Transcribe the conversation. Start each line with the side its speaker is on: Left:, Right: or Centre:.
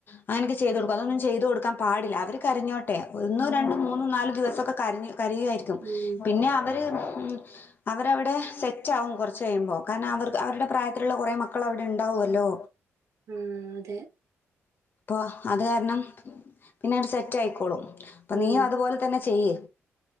Left: അങ്ങനൊക്കെ ചെയ്തു കൊടുക്കും അതൊന്നും ചെയ്ത് കൊടുക്കാൻ പാടില്ല അവര് കരഞ്ഞോട്ടെ ഒന്നൊ രണ്ടും മൂന്നും നാല് ദിവസൊക്കെ കരഞ്ഞ് കരയുയാരിക്കും
Right: ഉം
Left: പിന്നെ അവര് അവരവിടെ സെറ്റാകും കുറച്ച് കഴിയുമ്പോ കാരണം അവർക്ക് അവരുടെ പ്രായത്തിലുള്ള കുറേ മക്കള് അവിടെ ഇണ്ടാവൊല്ലോ
Right: ഉം അതെ
Left: ഇപ്പോ അത് കാരണം പിന്നെ ആണ്ട് സെറ്റായിക്കോളും അപ്പം
Right: ഉം
Left: നീ അതുപോലെ തന്നെ ചെയ്യ്